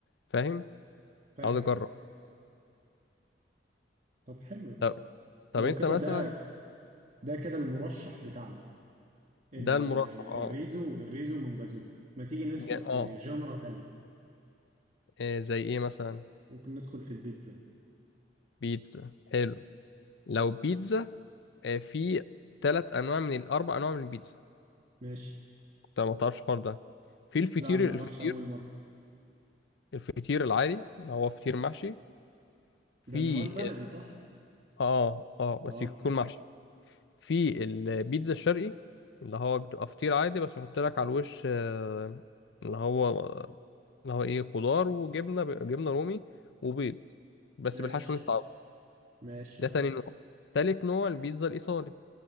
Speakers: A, on the left (about 65°); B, on the right (about 45°).
A: فاهم
B: فاهم
A: عاوز اجرب
B: طب حلو دي
A: طب, طب
B: لو
A: انت
B: كده
A: مثلا
B: ده ده كده المرشح بتاعنا ال-
A: ده المرشح اه
B: الريزو الريزو من بازوكا ما تيجي ندخل
A: جا-
B: في
A: اه
B: جنرا تانية
A: آه، زي ايه مثلا
B: ممكن ندخل في البيتزا
A: بيتزا حلو لو بيتزا آه، في ثلاث انواع من الاربع انواع من البيتزا
B: ماشي
A: انت ما تعرفش الحوار ده في الفطير
B: لا انا معرفش
A: الفطير
B: اول مرة
A: الفطير العادي اللي هو فطير محشي في
B: ده اللي هو البلدي
A: ال...
B: صح
A: اه اه بس
B: اه
A: يكون محشي في البيتزا الشرقي اللي هو بتبقى فطير عادي بس يحط لك على الوش آه، اللي هو اللي هو ايه خضار وجبنه جبنه رومي وبيض بس
B: ماشي
A: بالحشو اللي انت عاوزه
B: ماشي
A: ده تاني نوع تالت نوع البيتزا الايطالي